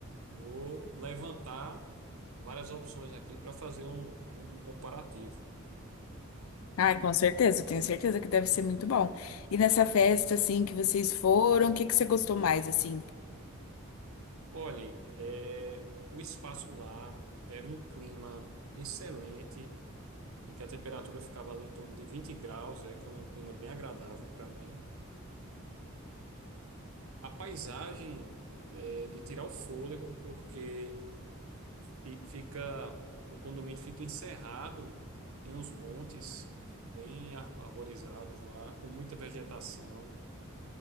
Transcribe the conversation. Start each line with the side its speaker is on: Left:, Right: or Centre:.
Right: Vou levantar várias opções aqui para fazer um, um um comparativo.
Left: Ah, com certeza, eu tenho certeza que deve ser muito bom. E nessa festa, assim, que vocês foram, o que que você gostou mais, assim?
Right: Olhe, é, o espaço lá era um clima excelente, em que a temperatura ficava ali em torno de 20 graus, é que é um clima bem agradável para mim. A paisagem é de tirar o fôlego, porque fi- fica o condomínio fica encerrado em uns montes bem ar- arborizados lá, com muita vegetação.